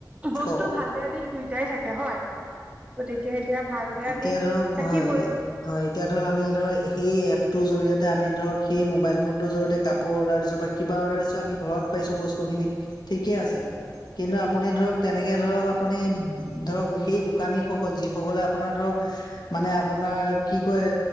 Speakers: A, on the right; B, on the left.
A: বস্তু
B: কওক
A: ভাল বেয়া দিশ দুই দুইটা থাকে হয় গতিকে এতিয়া ভাল বেয়া
B: এতিয়া
A: দিশ
B: ধৰক
A: থাকিবই।
B: হয় হয় এতিয়া ধৰক আমি ধৰক সেই এপ টোৰ জৰিয়তে আমি ধৰক সেই মোবাইল ফোনটোৰ জৰিয়তে কাপোৰ অৰ্ডাৰ দিছো। বা কিবা অৰ্ডাৰ দিছোঁ আমি ঘৰত পাইছো বস্তু খিনি ঠিকে আছে কিন্তু আপুনি ধৰক তেনেকে ধৰক আপুনি ধৰক সেই দোকানীসকল যিসকলে আপোনাৰ ধৰক। মানে আপোনাৰ কি কয়